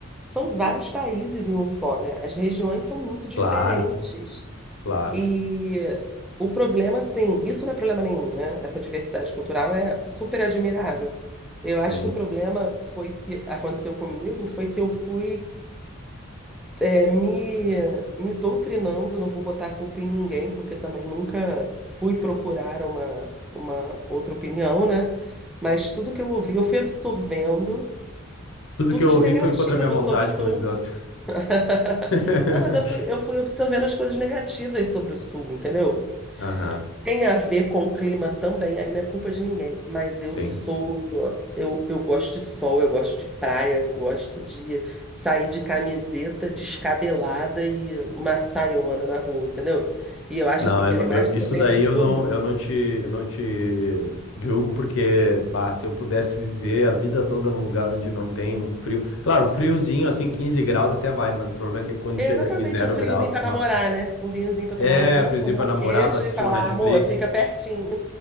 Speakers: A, in the centre; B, on the left.
A: são vários países em um só, né? As regiões são muito diferentes.
B: claro, claro,
A: E o problema, assim, isso não é problema nenhum, né? Essa diversidade cultural é super admirável. Eu
B: sim.
A: acho que o problema foi que aconteceu comigo, foi que eu fui é, me, me doutrinando, não vou botar a culpa em ninguém, porque também nunca fui procurar uma, uma outra opinião, né? Mas tudo que eu ouvi, eu fui absorvendo
B: Tudo
A: tudo
B: que eu
A: de
B: ouvi
A: negativo
B: foi contra a minha vontade,
A: sobre o Sul.
B: como diz outro.
A: <laughs>
B: <laughs>
A: Não, mas eu fui, eu fui absorvendo as coisas negativas sobre o Sul, entendeu?
B: Aham,
A: Tem a ver com o clima também, aí não é culpa de ninguém. Mas
B: sim.
A: eu sou. Eu, eu gosto de sol, eu gosto de praia, eu gosto de sair de camiseta descabelada e uma saiona na rua, entendeu? E eu acho
B: Não,
A: assim
B: eu,
A: que
B: não-
A: a imagem
B: eu- isso
A: que eu tenho
B: daí
A: do sul
B: eu não, eu não te, eu não te julgo, porque, bah, se eu pudesse viver a vida toda num lugar onde não tem um frio. Claro, um friozinho, assim, 15 graus até vai, mas o problema é que quando
A: é
B: chega
A: exatamente
B: aqui zero
A: um friozinho
B: graus,
A: pra
B: nossa.
A: namorar, né? Um vinhozinho pra
B: É,
A: tomar um vinho,
B: friozinho
A: comer
B: pra
A: um
B: namorar,
A: queijo
B: pra assistir
A: e falar,
B: uma Netflix.
A: amor, fica pertinho.